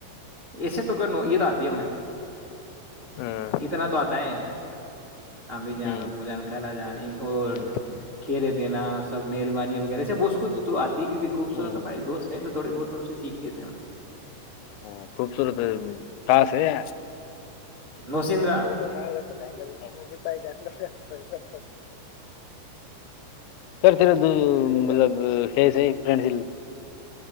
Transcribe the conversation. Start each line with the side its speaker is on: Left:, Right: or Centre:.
Right: ایسے تو نوعیت آتی ہے ہمیں
Left: ہاں
Right: اتنا تو آتا ہے ابھی جانا
Left: ہ
Right: بو جان خرا جان نہیں اور
Left: ہ
Right: کھی رہے دین سب مہربانی وغیرہ سب اس کچھ تو آ کیونکہ خبصورت
Left: ہ
Right: ہماری دوست ہیں تو تھڑی بہت تم سے سیکھ گئے تھے
Left: ا خوبصورت خس ہے س
Right: نوسندرا
Left: رہو میںا ب جان کرتا کرتیر دو مطلب فس فس